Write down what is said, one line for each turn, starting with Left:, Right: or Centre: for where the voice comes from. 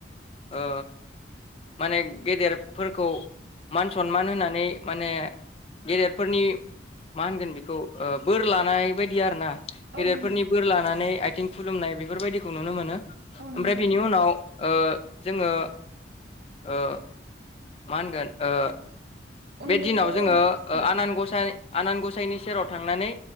Left: ओ माने गेदेरफोरखौ मान सनमान होनानै माने गेदेरफोरनि मा होनगोन बेखौ ओ बोर लानाय बायदि आरो ना
Right: औ
Left: गेदेरफोरनि
Right: नंगौ
Left: बोर लानानै आथिं खुलुमनाय बेफोरबायदिखौ नुनो मोनो।
Right: औ नंगौ
Left: ओमफ्राय बिनि
Right: थारैनो
Left: उनाव ओ जोङो ओ मा होनगोन ओ
Right: उन्दैखौ
Left: बे दिनाव जोङो
Right: औ
Left: आनान गसाय आनान गसाइनि सेराव थांनानै